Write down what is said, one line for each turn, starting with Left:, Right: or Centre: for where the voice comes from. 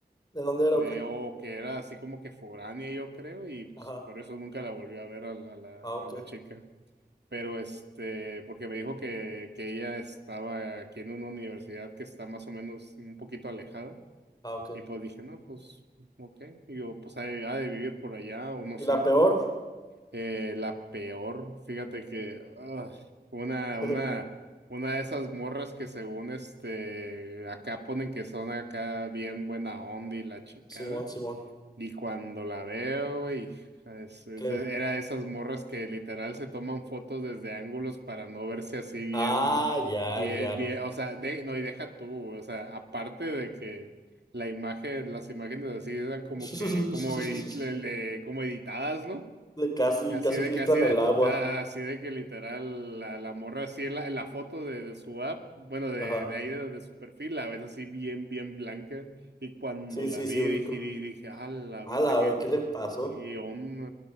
Left: ¿De dónde era
Right: de,
Left: o qué?
Right: o que era así como que foránea, yo creo, y pues
Left: Ajá,
Right: por eso nunca la volví a ver a la, a la,
Left: ah, ok,
Right: a la chica. Pero este, porque me dijo que, que ella estaba aquí en una universidad que está más o menos un poquito alejada,
Left: ah, ok.
Right: y pues dije, no, pues, ok, y yo, pues ha de, ha de vivir por allá, o no
Left: ¿Y
Right: sé.
Left: la peor?
Right: Eh, la peor, fíjate que, ah, una,
Left: <laughs>
Right: una, una de esas morras que según este, acá ponen que son acá bien buena onda y la chingada.
Left: Simón, Simón,
Right: Y cuando la veo, güey, es- es
Left: ¿qué?
Right: de- era de esas morras que literal se toman fotos desde ángulos para no verse así bien,
Left: Ah, ya,
Right: bien,
Left: ya.
Right: bien, o sea, de- no, y deja tú, o sea, aparte de que la imagen, las imágenes así eran como
Left: <laughs>
Right: que, como, edit- le- le- como editadas, ¿no?
Left: De Casi,
Right: Así
Left: casi
Right: de
Left: filtran
Right: que, así de,
Left: el agua.
Right: a- así de que literal, la, la morra así en la, en la foto de, de su app, bueno, de,
Left: Ajá,
Right: de ahí de, de su perfil, la ves así bien, bien blanca. Y cuando
Left: sí,
Right: la
Left: sí,
Right: vi,
Left: sí, ubico.
Right: dije, di- dije, ah, la
Left: A
Right: bestia
Left: la
Right: que,
Left: vez, ¿qué le pasó?
Right: que onda,